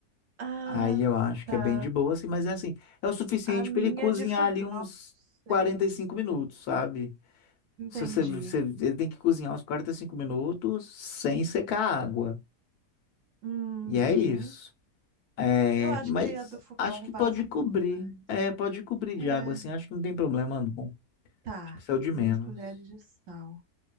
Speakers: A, on the right; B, on the left.
A: Ah,
B: Aí eu acho
A: tá.
B: que é bem de boa, assim, mas é assim, é o suficiente
A: A minha
B: para ele cozinhar
A: é de fogão,
B: ali uns
A: não sei.
B: quarenta e cinco minutos, sabe?
A: Entendi.
B: Se você, você, ele tem que cozinhar uns 45 minutos sem secar a água.
A: Uhum.
B: E é isso. É,
A: Eu acho
B: mas
A: que a do fogão
B: acho que
A: vaza
B: pode
A: um
B: cobrir.
A: pouco mais.
B: É, pode cobrir de
A: É,
B: água, assim. Acho que não tem problema, não.
A: tá.
B: Acho que isso é o de menos.
A: Duas colheres de sal.